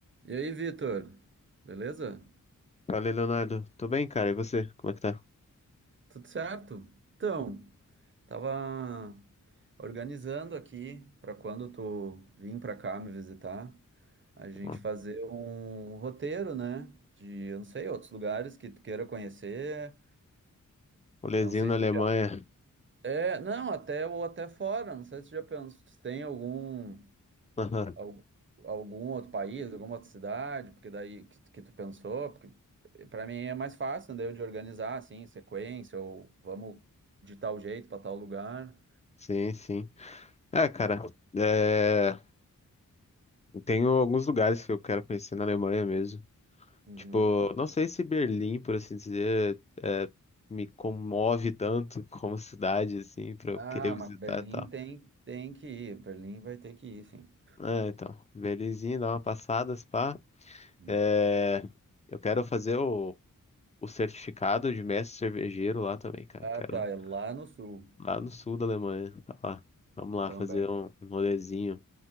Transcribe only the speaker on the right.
E aí, Vitor? Beleza?
Tudo certo? Então, tava organizando aqui para quando tu vir para cá me visitar, a gente
fazer um roteiro, né? De, eu não sei, outros lugares que tu queira conhecer.
Não sei.
se-
É, não, até ou até fora. Não sei se tu já pensou, se tem algum
Al- algum outro país, alguma outra cidade, porque daí que, que tu pensou, porque para mim é mais fácil, daí eu de organizar assim, sequência, ou vamos de tal jeito para tal lugar.
Uhum.
Ah,
mas Berlim
tem, tem que ir, Berlim vai ter que ir, sim.
Hum.
Ah,
tá, é lá no sul,
Bamberg.